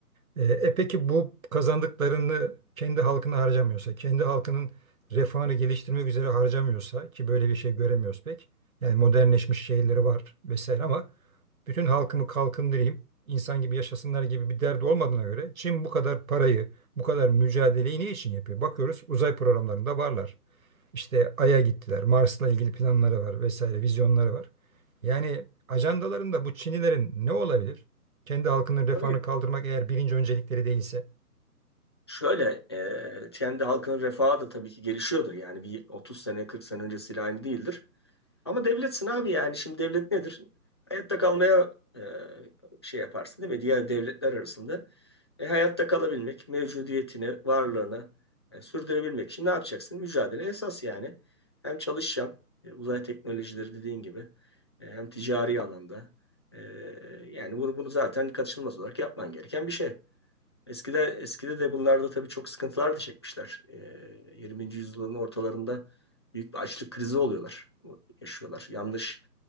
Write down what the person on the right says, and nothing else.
E, e peki bu kazandıklarını kendi halkına harcamıyorsa, kendi halkının refahını geliştirmek üzere harcamıyorsa ki böyle bir şey göremiyoruz pek. Yani modernleşmiş şehirleri var vesaire ama bütün halkımı kalkındırayım, insan gibi yaşasınlar gibi bir derdi olmadığına göre Çin bu kadar parayı, bu kadar mücadeleyi ne için yapıyor? Bakıyoruz uzay programlarında varlar. İşte Ay'a gittiler. Mars'la ilgili planları var vesaire, vizyonları var. Yani ajandalarında bu Çinlilerin ne olabilir? Kendi halkının refahını
kaldırmak eğer birinci öncelikleri değilse.